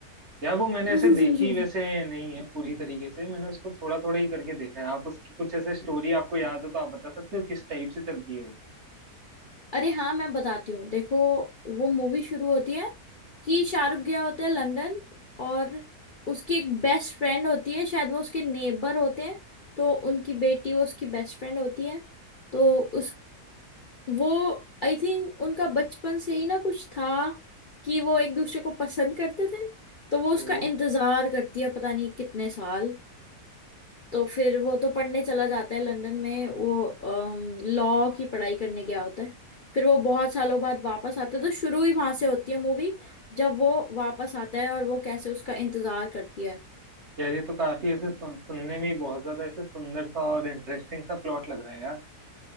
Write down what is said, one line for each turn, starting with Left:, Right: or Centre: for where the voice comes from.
Right: यार वो मैंने
Left: <laughs>
Right: ऐसे देखी वैसे नहीं है पूरी तरीके से मैंने उसको थोड़ा थोड़ा ही करके देखा है आप उसकी कुछ ऐसे स्टोरी आपको याद हो तो आप बता सकते हो किस टाइप से चलती है वो
Left: अरे हाँ मैं बताती हूँ देखो वो मूवी शुरू होती है कि शाहरुख गया होता है लंदन और उसकी एक बेस्ट फ्रेंड होती है शायद वो उसके नेबर होते हैं तो उनकी बेटी वो उसकी बेस्ट फ्रेंड होती है तो उस वो आई थिंक उनका बचपन से ही ना कुछ था कि वो एक दूसरे को पसंद करते थे तो वो उसका
Right: ओ
Left: इंतजार करती है पता नहीं कितने साल तो फिर वो तो पढ़ने चला जाता है लंदन में वो लॉ की पढ़ाई करने गया होता है फिर वो बहुत सालों बाद वापस आता है तो शुरू ही वहां से होती है मूवी जब वो वापस आता है और वो कैसे उसका इंतजार करती है
Right: यार ये तो काफी ऐसे सुन, सुनने में ही बहुत ज्यादा ऐसे सुंदर सा और इंटरेस्टिंग सा प्लॉट लग रहा है यार